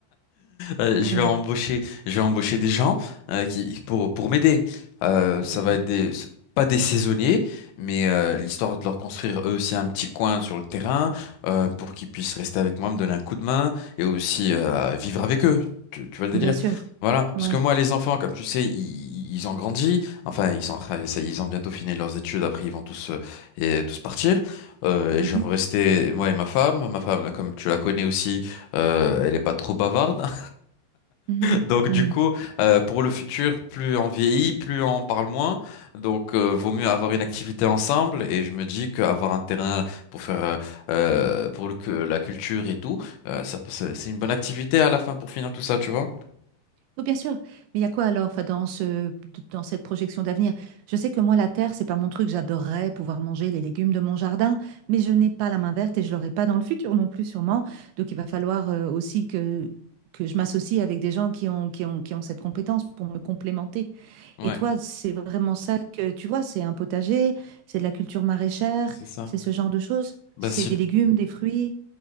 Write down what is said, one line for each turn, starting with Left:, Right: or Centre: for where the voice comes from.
Left: Euh, je
Right: Ouais.
Left: vais embaucher, je vais embaucher des gens euh, qui pour pour m'aider. Euh,
Right: D'accord.
Left: ça va être des pas des saisonniers, mais euh, l'histoire de leur construire eux aussi un petit coin sur le terrain euh, pour qu'ils puissent rester avec moi, me donner un coup de main et aussi euh, vivre avec eux. Tu, tu vois le
Right: Bien
Left: délire?
Right: sûr.
Left: Voilà,
Right: Ouais.
Left: parce que moi, les enfants, comme tu sais, ils, ils ont grandi. Enfin, ils sont, en train- ça- ils ont bientôt fini leurs études. Après, ils vont tous euh, et tous partir. Euh, et
Right: Mhm.
Left: je vais me rester moi et ma femme. Ma femme, comme tu la connais aussi, euh, elle est pas trop bavarde.
Right: Mhm.
Left: Donc
Right: Mhm.
Left: du coup, euh, pour le futur, plus on vieillit, plus on parle moins. Donc euh, vaut mieux avoir une activité ensemble. Et je me dis qu'avoir un terrain pour faire euh, euh, pour le, cu- la culture et tout, euh, ça, ça- c'est une bonne activité à la fin pour finir tout ça, tu vois?
Right: Oui, bien sûr. Mais il y a quoi alors, enfin, dans ce, dans cette projection d'avenir? Je sais que moi, la terre, c'est pas mon truc. J'adorerais pouvoir manger les légumes de mon jardin, mais je n'ai pas la main verte et je l'aurai pas dans le futur non plus, sûrement. Donc, il va falloir euh, aussi que, que je m'associe avec des gens qui ont, qui ont, qui ont cette compétence pour me complémenter.
Left: Ouais,
Right: Et toi, c'est vraiment ça que tu vois, c'est un potager, c'est de la culture maraîchère,
Left: c'est ça.
Right: c'est ce genre de choses,
Left: Bah,
Right: c'est
Left: sin-
Right: des légumes, des fruits.